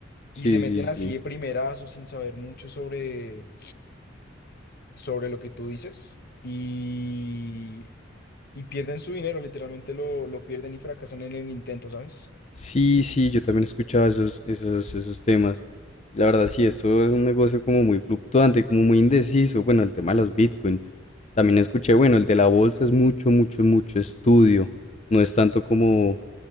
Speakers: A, on the left; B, on the left.
A: sí,
B: y se meten
A: sí,
B: así
A: sí.
B: de primerazo sin saber mucho sobre, sobre lo que tú dices y, y pierden su dinero, literalmente lo, lo pierden y fracasan en el intento, ¿sabes?
A: Sí, sí, yo también escuchaba esos, esos, esos temas. Y la verdad, sí, esto es un negocio como muy fluctuante, como muy indeciso. Bueno, el tema de los bitcoins. También escuché, bueno, el de la bolsa es mucho, mucho, mucho estudio. No es tanto como,